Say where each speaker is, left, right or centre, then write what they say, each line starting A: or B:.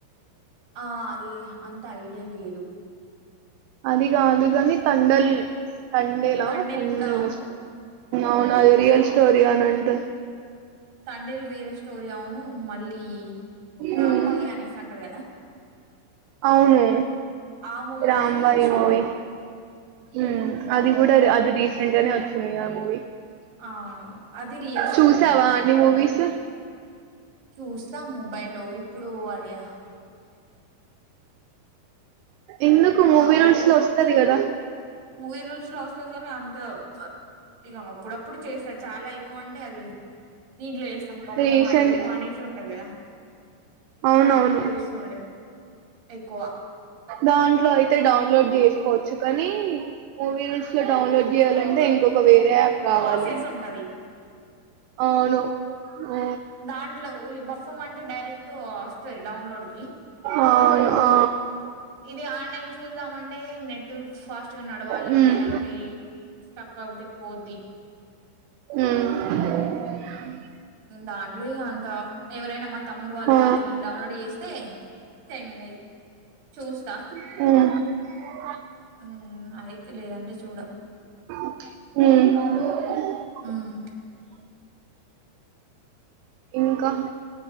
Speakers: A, on the right (about 55°); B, on the right (about 85°).
A: ఆ అదే అంత ఐడియా లేదు.
B: అది గాదుగానీ తండల్ తండేలా
A: తండేలు
B: తండే
A: కూడా అవును
B: అవును అది రియల్ స్టోరిగానంట.
A: తండేల్ రియల్ స్టోరీ అవును మళ్ళీ రాంబాయి
B: ఉమ్
A: అనేసి అంటారు కదా.
B: అవును
A: ఆ మూవీ
B: రాంబాయి
A: కూడా రియల్ స్టోరీ
B: మూవీ ఉమ్ అది కూడా అద్ అది రీసెంట్ గానే వచ్చింది గా మూవీ.
A: అవునవును అది రియల్ స్టోరీ
B: చూసావా
A: అంట.
B: అన్ని మూవీస్
A: చూస్తాం మొబైల్లో ఇప్పుడు అది హా
B: ఎందుకు మూవీ
A: డౌన్లోడ్
B: రూల్స్ లో వస్తది కదా.
A: మూవీ రూల్స్ లో వస్తది కానీ అంత క్ ఇక అప్పుడప్పుడు చేస్తారు చాలా ఎక్కువ అంటే అది దీంట్లో ఎస్స్తాం బప్పం,
B: రీసెంట్
A: ఐబొమ్మ అనేసి ఉంటదిగా.
B: అవునవును
A: దాంట్లో ఎస్తు ఉండే ఎక్కువ
B: దాంట్లో అయితే డౌన్లోడ్ చేసుకోవచ్చు కానీ, మూవీ రూల్స్ లో డౌన్లోడ్ చేయాలంటే ఇంకొక వే దేప్ కావాలి
A: ప్రాసెస్ ఉంటది
B: అవును ఊ
A: దాంట్లో ఈ బొప్పమ్మ అంటే డైరెక్ట్ వస్తాయ్ డౌన్లోడ్కి
B: అవును ఆ
A: ఇది ఆన్లైన్ చూద్దామంటే నెట్ ఫాస్ట్గా నడవాలి
B: హ్మ్
A: లేదంటే స్టక్ అవుతే పోద్ది.
B: మ్
A: దాంట్ లో యన్ తాం ఎవరైనా మా తమ్ముడు వాళ్ళు
B: హ్మ్ ఆ
A: వాళ్ళు వీళ్ళు డౌన్లోడ్ చేస్తే <unintelligible> చూస్తా.
B: మ్
A: ఉమ్ అయితే లేదంటే చూడ
B: మ్
A: మ్మ్
B: ఇంకా